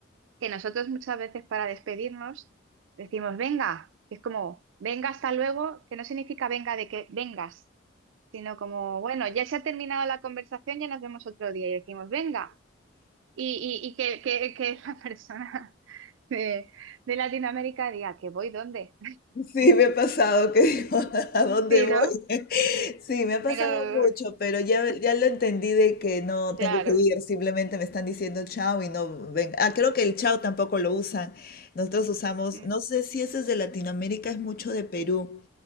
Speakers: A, on the right; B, on the left.
A: que nosotros muchas veces para despedirnos decimos venga, es como venga hasta luego, que no significa venga de que vengas, sino como bueno, ya se ha terminado la conversación, ya nos vemos otro día y decimos venga, y, y, y que, que, que <laughs> la persona de, de Latinoamérica diga que voy dónde.
B: Sí, me ha pasado que digo, <laughs> ¿a dónde
A: Sí,
B: voy?
A: ¿no?
B: <laughs> Sí, me ha pasado
A: Pero
B: mucho, pero ya, ya lo entendí de que no
A: claro,
B: tengo que ir, simplemente me están diciendo chao y no ven. Ah, creo que el chao tampoco lo usan. Nosotros usamos,
A: mm,
B: no sé si ese es de Latinoamérica, es mucho de Perú.